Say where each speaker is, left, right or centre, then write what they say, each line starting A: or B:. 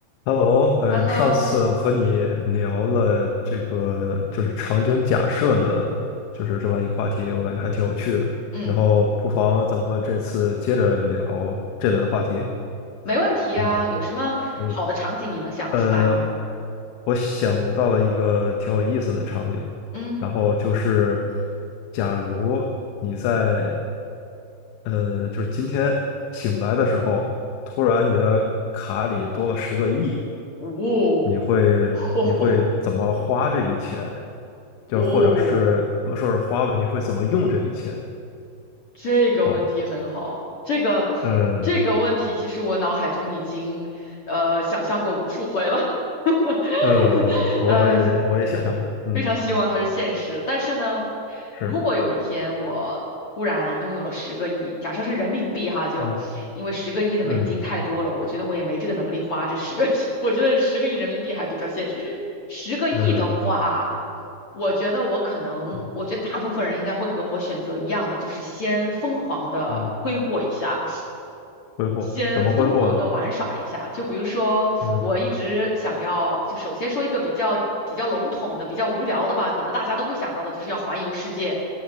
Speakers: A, on the left (about 75°); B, on the left (about 45°).
A: Hello，呃，
B: Hello，
A: 上次和你聊了这个就是场景假设的，就是这么一个话题，我感觉还挺有趣的。
B: 嗯，
A: 然后不妨咱们这次接着聊这类的话题。
B: 没问题啊。
A: 嗯，
B: 有什么好的场景你能想得出来吗？
A: 可以。呃，我想到了一个挺有意思的场景，
B: 嗯，
A: 然后就是，假如你在呃，就是今天醒来的时候，突然你的卡里多了十个亿。
B: 哦，
A: 你会你会怎么花这笔钱？
B: <laughs> 吼
A: 就是或者是不说是花吧，
B: 哦，
A: 你会怎么用这笔钱？
B: 这个问题很好。
A: 好，
B: 这个
A: 嗯
B: 这个问题，其实我脑海中已经呃想象过无数回了。<laughs>
A: 嗯，我我也得我也想象过，
B: 哎，真的非常希望它是现实。
A: 嗯，
B: 但是呢，
A: 是，
B: 如果有一天我突然拥有了十个亿，假设是人民币哈，就。
A: 嗯
B: 因为十个亿的美金太多了，
A: 嗯
B: 我觉得我也没这个能力花这十个亿，<laughs> 我觉得十个亿人民币还比较现实。十个亿的话，
A: 嗯
B: 我觉得我可能，
A: 嗯
B: 我觉得大部分人应该会和我选择一样的，就是先疯狂的挥霍一下。
A: <laughs> 嗯，挥霍怎么挥霍呢？
B: 先疯狂的玩耍一下。就比如说，
A: 嗯
B: 我一直想要，就首先说一个比较比较笼统的、比较无聊的吧，可能大家都会想到的，就是要环游世界，